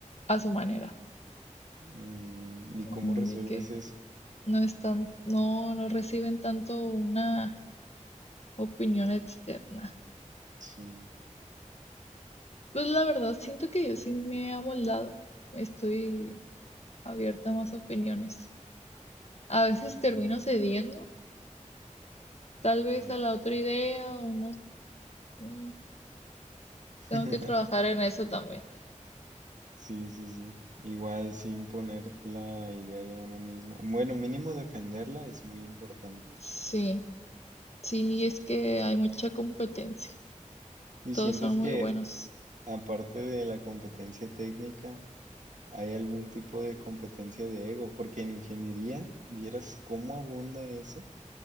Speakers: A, on the left; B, on the right.
A: a su manera,
B: Mm, ¿y
A: mm,
B: cómo resuelves
A: de que
B: eso?
A: no están, no, no reciben tanto una opinión externa.
B: Sí,
A: Pues la verdad, siento que yo sí me he amoldado. Estoy abierta a más opiniones. A veces
B: ujú,
A: termino cediendo, tal vez
B: ya.
A: a la otra idea o no. mm,
B: <laughs>
A: Tengo que trabajar en eso también.
B: Sí, sí, sí. Igual sin poner la idea de uno mismo. Bueno, mínimo defenderla es muy importante.
A: Sí, sí,
B: sí.
A: es que hay mucha competencia.
B: ¿Y
A: Todos
B: sientes
A: son muy
B: que
A: buenos.
B: aparte de la competencia técnica, Hay algún tipo de competencia de ego, porque en ingeniería vieras cómo abunda eso,